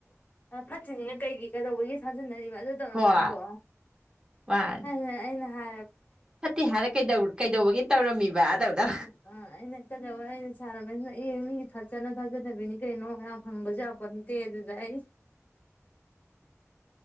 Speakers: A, on the left; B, on the right.
A: ꯑ ꯐꯠꯇ꯭ꯔꯖꯤꯅ ꯀꯩꯒꯤ ꯀꯩꯗꯧꯕꯒꯤ ꯁꯥꯖꯤꯟꯅꯩ ꯑꯗꯨ ꯇꯧꯔꯀꯥꯟꯗꯣ
B: ꯍꯣꯏ ꯃꯥꯅꯦ
A: ꯑꯩꯅ ꯑꯩꯅ ꯍ
B: ꯐꯠꯇꯦ ꯍꯥꯏꯔ ꯀꯩꯗꯧ ꯀꯩꯗꯧꯕꯒꯤ ꯇꯧꯔꯝꯃꯤꯕ ꯇꯧꯗ
A: ꯎꯝ ꯑ ꯑꯩꯅ ꯀꯗꯧꯕꯒꯤ ꯑꯩꯅ ꯁꯥꯔꯣꯃꯦꯁꯅ ꯃꯤ ꯊꯥꯖꯠꯅ ꯊꯥꯖꯅꯕꯤꯅꯤ ꯀꯩꯅꯣ ꯌꯥꯝ ꯍꯪꯕꯖꯨ ꯌꯥꯄꯣꯟꯅꯠꯇꯦ ꯑꯗꯨꯗ ꯑꯩ